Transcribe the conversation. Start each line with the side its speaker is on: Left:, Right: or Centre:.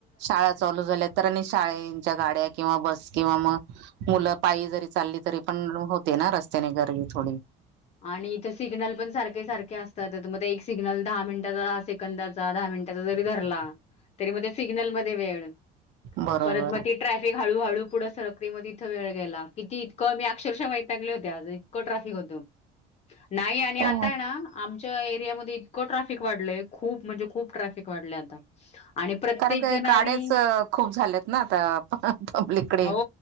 Right: शाळा चालू झाल्या तर आणि शाळेच्या गाड्या किंवा बस किंवा मग मुलं पायी जरी चालली तरी पण होते ना रस्त्याने गर्दी थोडी,
Left: आणि इथं सिग्नल पण सारखे सारखे असतात. मग एक सिग्नल दहा मिनिटाचा, दहा सेकंदाचा, दहा मि त्याचा जरी धरला तरी मध्ये सिग्नल मध्ये वेळ
Right: बरोबर
Left: परत मध्ये ट्रॅफिक हळूहळू पुढं सरक म इथं वेळ गेला किती इकं मी अक्षरशः माहित लागले होत्या इतकं ट्राफिक होतं. नाही आणि
Right: काय
Left: आताय ना आम एरियामध्ये इतक ट्राफिक वाढल खूप म्हणजे खूप ट्राफिक वाढल आता आणि प्रत्येक
Right: कारण काय
Left: जण
Right: गाड्याचा
Left: आणि
Right: खूप झाल्यात ना आता पब्लिककडे
Left: हो